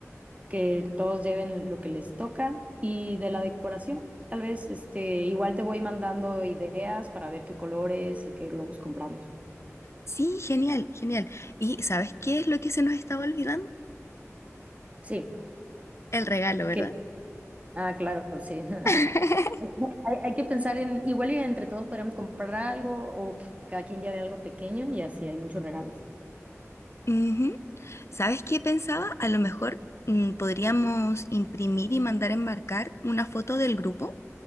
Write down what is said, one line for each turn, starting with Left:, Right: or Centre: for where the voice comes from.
Right: que todos lleven lo que les toca y de la decoración, tal vez, este, igual te voy mandando ideas para ver qué colores y qué globos compramos.
Left: Sí, genial, genial. ¿Y sabes qué es lo que se nos estaba olvidando?
Right: Sí,
Left: El regalo, ¿verdad?
Right: que, ah, claro, sí. <laughs>
Left: <laughs>
Right: Hay, hay que pensar en, igual y entre todos podríamos comprar algo o que cada quien lleve algo pequeño y así hay muchos regalos.
Left: Ujú. ¿Sabes qué pensaba? A lo mejor mm, podríamos imprimir y mandar a enmarcar una foto del grupo